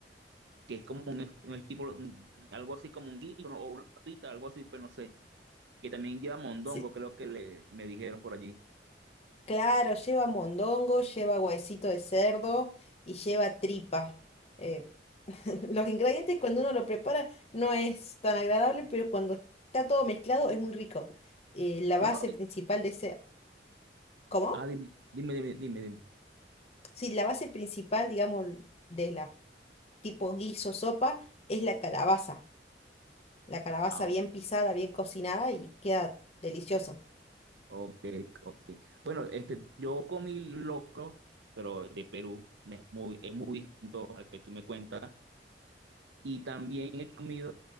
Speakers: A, on the right; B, on the left.
A: que es como un, es- un tipo, un- algo así como un guiso ¿no? o una patita, algo así, pero no sé, que también lleva mondongo,
B: Sí,
A: creo que le, me dijeron por allí.
B: claro, lleva mondongo, lleva huesito de cerdo y lleva tripa. Eh, <laughs> los ingredientes cuando uno lo prepara no es tan agradable, pero cuando está todo mezclado es muy rico. Eh, la base
A: No, no,
B: principal de ese... ¿Cómo?
A: ah, dime, dime, dime, dime, dime.
B: Sí, la base principal, digamos, de la tipo guiso sopa es la calabaza. La calabaza
A: Ah, o-
B: bien pisada, bien cocinada y queda delicioso.
A: ok, ok. Bueno, este, yo comí locro, pero de Perú, es muy, es muy distinto al que tú me cuentas. Y también he comido